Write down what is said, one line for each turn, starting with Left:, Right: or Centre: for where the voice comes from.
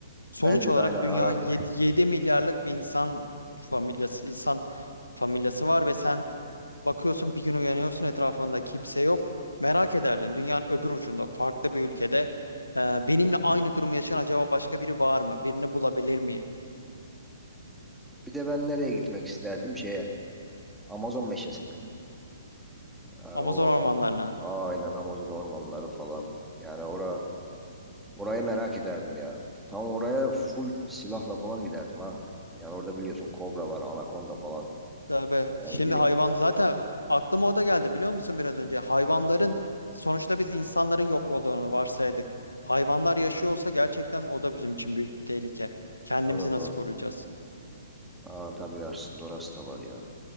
Left: Sonuç
Centre: Bence
Left: olarak
Centre: de aynen
Left: dünya
Centre: arardık.
Left: 7 milyarlık bir insan familyası insan familyası var ve sen bakıyorsun bir gün uyanıyorsun etrafında kimse yok. Merak ederdin dünyanın öbür ucunda farklı bir ülkede e, benimle aynı durumu yaşayan acaba başka biri var mı? Birini bulabilir miyim?
Centre: Bir de ben nereye gitmek isterdim? Şeye, Amazon meşesine. Ha,
Left: Amazon
Centre: o
Left: ormanlarına
Centre: Am- aynen Amazon ormanları falan. Yani ora orayı merak ederdim ya. Tam oraya full silahla falan giderdim ha. Yani orada biliyorsun kobra var, anakonda falan.
Left: Tabii.
Centre: Yani
Left: Şimdi
Centre: gidip
Left: hayvan
Centre: o
Left: zaten aklıma o da geldi biliyor musun biraz önce? Hayvanların sonuçta biz insanların yok olduğunu varsaydık. Hayvanlar yaşıyor olsa gerçekten o da bizim için büyük bir tehlike. Kendimizi
Centre: o da
Left: nasıl
Centre: doğru.
Left: koruyacağız?
Centre: Aa, tabii aslında orası da var ya.